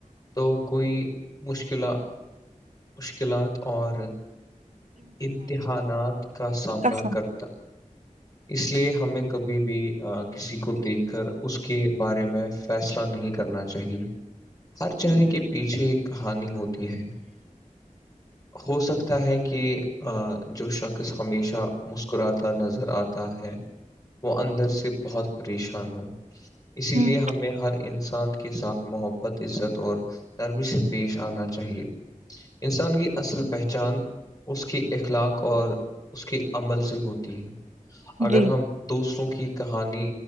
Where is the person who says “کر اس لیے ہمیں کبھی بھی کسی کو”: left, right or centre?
Left